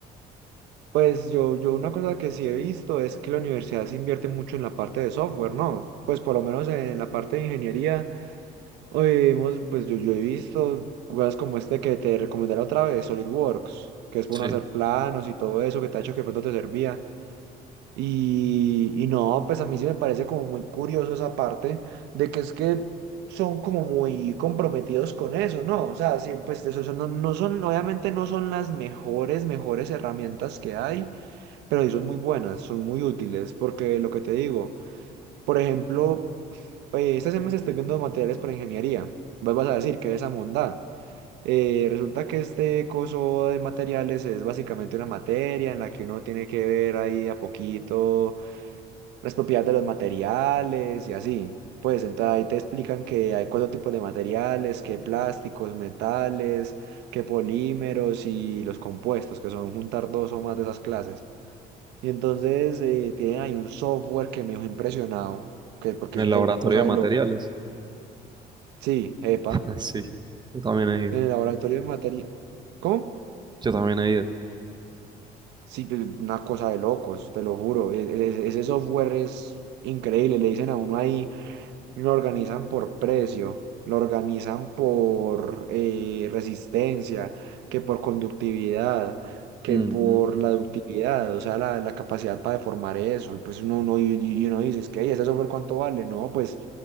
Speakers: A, on the right; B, on the right.
A: pues yo, yo una cosa que sí he visto es que la universidad se invierte mucho en la parte de software, ¿no? Pues por lo menos en la parte de ingeniería Hoy vimos, pues yo, yo he visto jugadas como este que te recomendaré otra vez, SolidWorks, que es para
B: Sí.
A: uno hacer
B: En
A: planos y todo eso que te ha hecho que de pronto te servía. Y, y no, pues a mí sí me parece como muy curioso esa parte de que es que son como muy comprometidos con eso, ¿no? O sea, sí, pues eso, eso no, no son, obviamente no son las mejores, mejores herramientas que hay, pero sí son muy buenas, son muy útiles, porque lo que te digo. Por ejemplo, eh, esta semana estoy viendo materiales para ingeniería. Vos vas a decir que esa mondada. Eh, resulta que este coso de materiales es básicamente una materia en la que uno tiene que ver ahí de a poquito las propiedades de los materiales y así. Pues entonces ahí te explican que hay cuatro tipos de materiales, que plásticos, metales, que polímeros y los compuestos, que son juntar dos o más de esas clases. Y entonces eh, tienen ahí un software que me dejó impresionado, que, porque
B: el
A: es
B: laboratorio
A: en una cosa
B: de
A: de
B: materiales.
A: loco. Sí, epa,
B: <laughs> Ah, Sí, yo también he ido.
A: en el laboratorio de materia. ¿Cómo?
B: Yo también he ido.
A: Sí, pues, una cosa de locos, te lo juro. E- e- Ese, ese software es increíble, le dicen a uno ahí, lo organizan por precio, lo organizan por eh, resistencia, que por conductividad, que
B: Ujú.
A: por la ductividad, o sea, la, la capacidad para deformar eso. Y pues uno, uno, y, y uno dice, es que, "Ey, ¿ese software cuánto vale? No, pues...